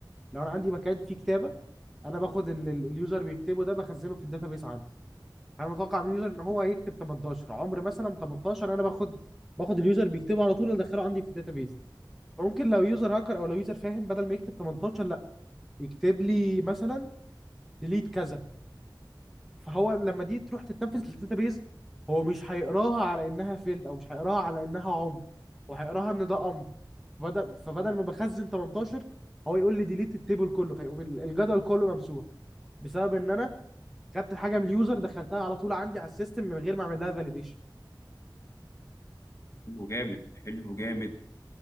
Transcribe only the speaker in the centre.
لو انا عندي مكان فيه كتابه انا باخد اللي ال- اليوزر بيكتبه ده بخزنه في الداتابيس عندي انا متوقع من اليوزر ان هو هيكتب 18 عمر مثلا 18 انا باخد باخد اليوزر بيكتبه على طول ادخله عندي في الداتابيس ممكن لو يوزر هاكر او لو يوزر فاهم بدل ما يكتب 18 لا يكتب لي مثلا ديليت كذا فهو لما دي تروح تتنفذ للداتابيز هو مش هيقراها على انها فيلد او مش هيقراها على انها عمر وهيقراها ان ده امر بدل فبدل ما بخزن 18 هو يقول لي ديليت التيبل كله فيقوم ال- الجدول كله ممسوح بسبب ان انا خدت حاجه من اليوزر دخلتها على طول عندي على السيستم من غير ما اعمل لها فاليديشن